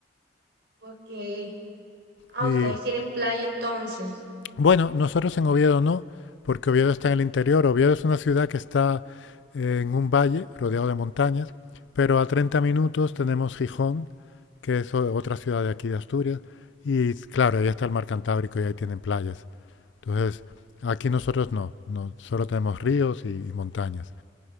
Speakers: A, on the right; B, on the left.
A: Ok. Ah,
B: Y
A: ustedes tienen playa entonces.
B: Bueno, nosotros en Oviedo no, porque Oviedo está en el interior. Oviedo es una ciudad que está eh, en un valle rodeado de montañas, pero a 30 minutos tenemos Gijón, que es o- otra ciudad de aquí de Asturias, y claro, ahí está el mar Cantábrico y ahí tienen playas. Entonces, aquí nosotros no, no, solo tenemos ríos y, y montañas,